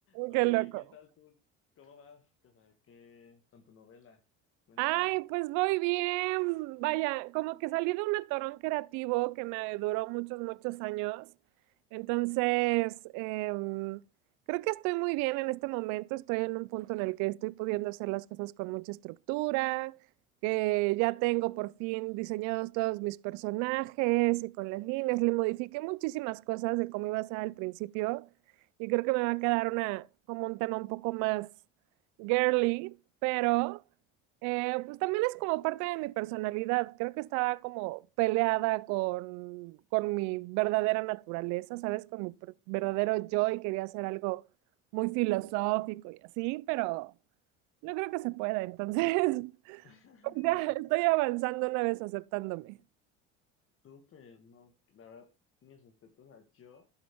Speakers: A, on the left; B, on the right.
A: Oye,
B: qué loco.
A: ¿y qué tal tú? ¿Cómo vas? O sea, ¿qué con tu novela? Cuéntame.
B: Ay, pues voy bien. Vaya, como que salí de un atorón creativo que me duró muchos, muchos años. Entonces, em, creo que estoy muy bien en este momento. Estoy en un punto en el que estoy pudiendo hacer las cosas con mucha estructura, que ya tengo por fin diseñados todos mis personajes y con las líneas. Le modifiqué muchísimas cosas de cómo iba a ser al principio y creo que me va a quedar una, como un tema un poco más girly, pero... Eh, pues también es como parte de mi personalidad. Creo que estaba como peleada con, con mi verdadera naturaleza, ¿sabes? Con mi per- verdadero yo y quería hacer algo muy filosófico y así, pero no creo que se pueda. Entonces,
A: <laughs>
B: <laughs> ya estoy avanzando una vez aceptándome.
A: Súper, no, la verdad, mis respetos, o sea, yo,